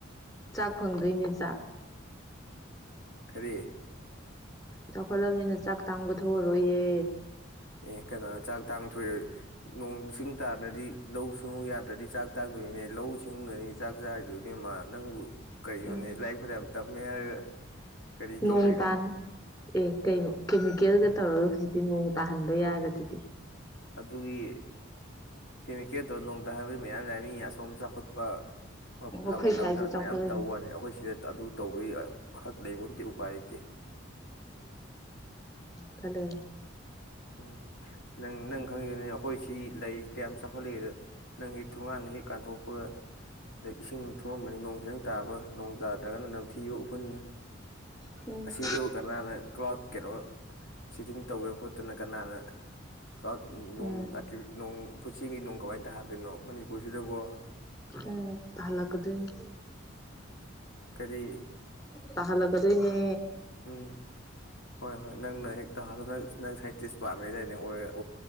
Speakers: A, on the left; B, on the left.
A: ꯆꯥꯛ ꯐꯪꯗꯣꯏꯅꯦ ꯆꯥꯛ
B: ꯀꯔꯤ
A: ꯆꯥꯎꯈꯠꯂꯕꯅꯤꯅ ꯆꯥꯛ ꯇꯥꯡꯕ ꯊꯣꯛꯑꯔꯣꯏꯌꯦ
B: ꯑꯦ ꯀꯩꯅꯣꯅ ꯆꯥꯛ ꯇꯥꯡꯊꯣꯏꯔꯦ ꯅꯣꯡꯁꯤꯡ ꯇꯥꯗ꯭ꯔꯗꯤ ꯂꯧꯎ ꯁꯤꯡꯎ ꯌꯥꯗ꯭ꯔꯗꯤ ꯆꯥꯛ ꯇꯥꯡꯗꯣꯏꯅꯦ ꯂꯧꯎ ꯁꯤꯡꯎꯅꯅꯤꯅꯦ ꯆꯥꯛ ꯆꯥꯔꯤꯗꯣꯏ ꯏ ꯃꯦꯝꯃ ꯅꯪꯕꯨ ꯀꯔꯤꯅꯣꯅꯦ
A: ꯎꯝ
B: ꯂꯥꯏꯔꯤꯛ ꯐꯅꯌꯥꯝ ꯇꯝꯃꯦ ꯍꯥꯏꯔꯒ ꯀꯔꯤ ꯇꯧ
A: ꯅꯣꯡ
B: ꯂꯩꯔꯤꯅꯣ
A: ꯇꯥꯅ ꯑꯦ ꯀꯩꯅꯣ ꯀꯦꯃꯤꯀꯦꯜꯒ ꯇꯧꯔꯒ ꯍꯧꯖꯤꯛꯇꯤ ꯅꯣꯡ ꯇꯥꯍꯟꯕ ꯌꯥꯔ ꯗꯨꯗꯤ
B: ꯑꯗꯨꯒꯤ ꯀꯦꯃꯤꯀꯦꯜꯗꯣ ꯅꯣꯡꯗ ꯍꯥꯏꯕꯗꯨ ꯃꯌꯥꯝ ꯂꯩꯔꯝꯃꯤ ꯑꯁꯣꯝ ꯆꯥꯎꯈꯠ ꯄ
A: ꯎꯝ ꯑꯩꯈꯣꯏ
B: ꯂꯝ ꯂꯝꯗ
A: ꯁ꯭ꯋꯥꯏꯁꯨ ꯆꯥꯎꯈꯠꯂꯅꯤ
B: ꯃꯌꯥꯝ ꯇꯧ ꯋꯥꯅꯤ ꯑꯩꯈꯣꯏ ꯁꯤꯗ ꯑꯗꯨ ꯇꯧꯕꯒꯤ ꯍꯛ ꯂꯩꯕꯣꯇꯦ ꯎꯄꯥꯏ ꯂꯩꯇꯦ
A: ꯈꯗ
B: ꯎꯝ ꯅꯪ ꯅꯪ ꯈꯪꯉꯤꯗꯨꯅꯦ ꯑꯩꯈꯣꯏ ꯁꯤ ꯂꯩꯔꯤ ꯀꯌꯥꯝ ꯆꯥꯎꯈꯠꯂꯦꯗ ꯅꯪ ꯍꯦꯛ ꯊꯣꯡꯒꯥꯟꯅ ꯍꯦꯛ ꯀꯥꯟꯊꯣꯛꯄ ꯗꯩ ꯏꯁꯤꯡ ꯊꯨꯝꯃꯝꯃꯅꯤ ꯅꯣꯡ ꯈꯤꯇꯪ ꯇꯥꯕ ꯅꯣꯡ ꯇꯥꯗ꯭ꯔꯒꯅ ꯅꯝꯊꯤꯕ ꯎꯐꯨꯟꯅ
A: ꯂꯩꯔꯒ
B: ꯑꯁꯤꯗꯕꯨ ꯀꯅꯥꯅ ꯀ꯭ꯂꯥꯎꯊ ꯀꯩꯅꯣ ꯁꯤꯇꯤꯡ ꯇꯧꯗꯅ ꯈꯣꯠꯇꯅ ꯀꯅꯥꯅ ꯥꯀ꯭ꯂꯥꯎꯗ ꯅꯣꯡ
A: ꯎꯝ ꯎꯝ
B: ꯑꯇ꯭ꯕꯤ ꯅꯣꯡ ꯐꯨꯠꯆꯤꯒꯤ ꯅꯣꯡ ꯀꯧꯋꯦ ꯇꯥꯗꯨꯢꯅꯣ ꯃꯅꯤꯄꯨꯔꯁꯤꯗꯕꯣ
A: ꯎꯝ ꯇꯥꯍꯜꯂꯛꯀꯗꯣꯢꯅꯤ
B: ꯀꯔꯤ
A: ꯇꯥꯍꯜꯂꯛꯀꯗꯣꯏꯅꯦ
B: ꯎꯝ ꯍꯣꯏ ꯍꯣꯏ ꯅꯪꯅ ꯍꯦꯛ ꯇꯥꯍꯜꯂꯣ ꯅꯪ ꯁꯥꯏꯟꯇꯤꯁ ꯄꯥꯝꯃꯦꯗꯥꯢꯅꯦ ꯑꯣꯏꯔ